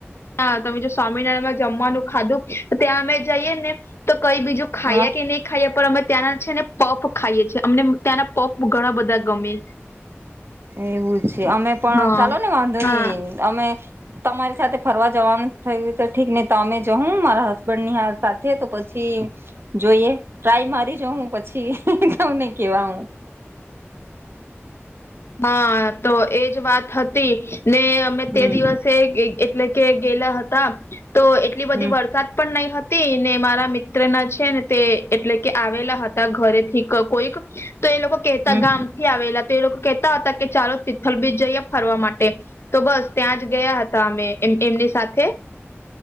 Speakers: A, on the left (about 60°); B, on the right (about 55°).
A: હા તમે જો સ્વામિનારાયણ માં જમવાનું ખાધું તો ત્યાં અમે જઈએ ને તો કઈ બીજું ખાઈએ
B: હા
A: કે નહીં ખાઈએ પણ અમે ત્યાંના છે ને પફ ખાઈએ છીએ અમને ત્યાંના પફ ઘણા બધા ગમે
B: એવું છે અમે પણ
A: હા
B: ચાલો ને વાંધો
A: હા
B: નઈ અમે તમારી સાથે ફરવા જવાનું થયું તો ઠીક નહી તમે જઉં મારા હસબન્ડ ની સાથે તો પછી જોઈએ ટ્રાય મારી જેહુ પછી તુંમને કેવા હું
A: હા તો એજ વાત હતી ને અમે
B: હમ્મ
A: તે દિવસે એટલે કે ગેલા હતા તો એટલી બધી
B: હમ્મ
A: વરસાદ પણ નહી હતી ને મારા મિત્ર ના છે ને તે એટલે કે આવેલા હતા ઘરેથી કોઈક તો એ લોકો કેહેતા
B: હમ્મ
A: ગામ થી આવેલા તો એ લોકો કહેતા હતા કે ચાલો તિથલ બીજ જઈએ ફરવા માટે તો બસ ત્યાં જ ગયા હતા અમે એમની સાથે